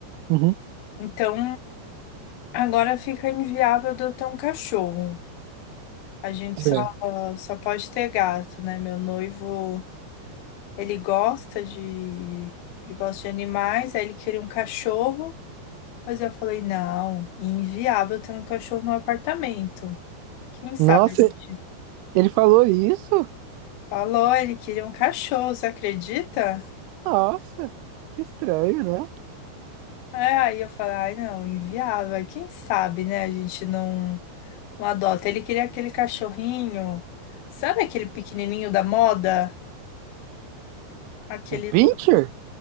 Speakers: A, on the right; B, on the left.
A: Uhum.
B: Então agora fica inviável de eu ter um cachorro. A gente
A: Sim.
B: só só pode ter gato, né? Meu noivo, ele gosta de ele gosta de animais, aí ele queria um cachorro, mas eu falei, não, inviável ter um cachorro no apartamento. Quem sabe
A: Nossa,
B: a gente
A: ele falou isso?
B: falou, ele queria um cachorro, você acredita?
A: Nossa, que estranho, né?
B: É, aí eu falei, ai não, inviável. Aí Quem sabe, né? A gente não, não adota. Ele queria aquele cachorrinho, sabe aquele pequenininho da moda? Aquele.
A: Um pincher?
B: Lu-